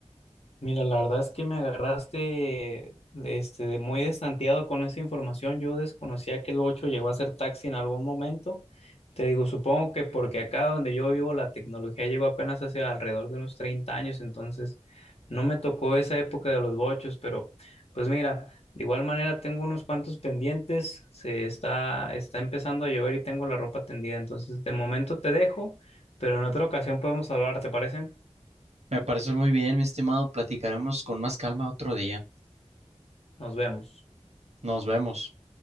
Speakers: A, on the left; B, on the right.
A: Mira, la verdad es que me agarraste este, de muy destanteado con esa información. Yo desconocía que el 8 llegó a ser taxi en algún momento. Te digo, supongo que porque acá donde yo vivo la tecnología llegó apenas hace alrededor de unos 30 años, entonces no me tocó esa época de los bochos, pero pues mira, de igual manera tengo unos cuantos pendientes, se está, está empezando a llover y tengo la ropa tendida, entonces de momento te dejo, pero en otra ocasión podemos hablar, ¿te parece?
B: Me parece muy bien, mi estimado, platicaremos con más calma otro día.
A: Nos vemos.
B: Nos vemos.